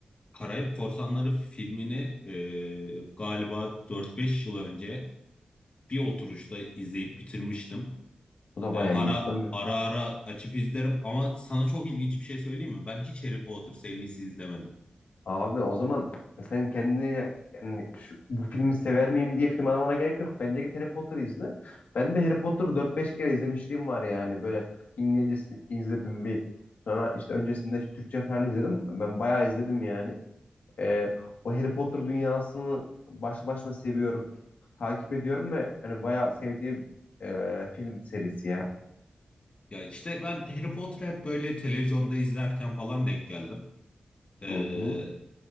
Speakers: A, on the left; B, on the left.
A: Karayip Korsanları filmini e, galiba dört beş yıl önce bir oturuşta izleyip bitirmiştim.
B: Bu da
A: Ee,
B: bayağı
A: ara
B: iyi değil mi?
A: ara ara açıp izlerim ama sana çok ilginç bir şey söyleyeyim mi? Ben hiç Harry Potter serisi izlemedim.
B: Abi o zaman sen kendine yani şu, bu filmi sever miyim diye film aramana gerek yok. Bence git Harry Potter izle. Ben de Harry Potter'ı dört beş kere izlemişliğim var yani. Böyle İngilizcesini izledim bir. Sonra işte öncesinde Türkçe falan izledim. Ben bayağı izledim yani. Ee, o Harry Potter dünyasını başlı başına seviyorum. Takip ediyorum ve hani bayağı sevdiğim e, film serisi ya.
A: Ya işte ben Harry Potter'ı hep böyle televizyonda izlerken falan denk geldim. Ee,
B: Hı hı,